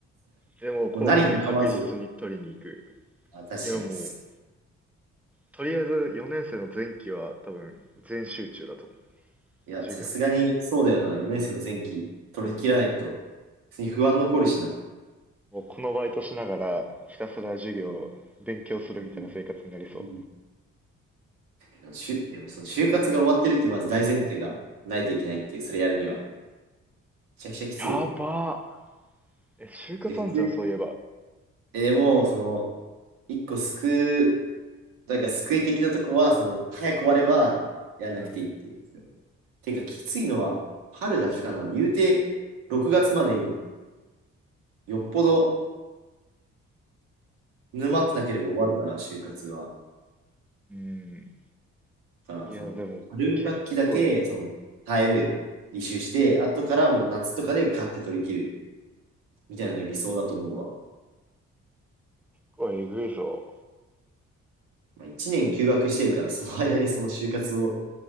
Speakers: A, in the centre; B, on the right (about 75°).
A: でもう後期で確実に取りに行く。
B: もう何振りかまわず、あ、確かに。
A: いや、もう、とりあえず4年生の前期は多分全集中だと思う。
B: いや、
A: 授業に。
B: さすがにそうだよな。4年生の前期取り切らないと、
A: うん。
B: 普通に不安残るしな。
A: もうこのバイトしながらひたすら授業、
B: うん
A: 勉強するみたいな生活になりそう。
B: うんうんでもしゅでもその就活が終わってるっていうまず大前提がないといけないっていう、それやるには。めちゃくちゃきつい。
A: やばーえ、就活あんじゃん、
B: で、普通に
A: そういえば。
B: えでも、その、一個救う、なんか救い的なとこは、その、早く終わればやらなくていいっていう。
A: うん。
B: てか、きついのは春だけかな。言うて、6月までによっぽど沼ってなければ終わるから、就活は。
A: うん。
B: から、
A: いや、
B: その、
A: でも結構、
B: 春学期だけ、その、耐える、履修して、後からもう夏とかでガッて取り切る、みたいなのが理想だと思うわ。
A: これえぐいぞ。
B: まあ、1年休学してるから、その間にその就活を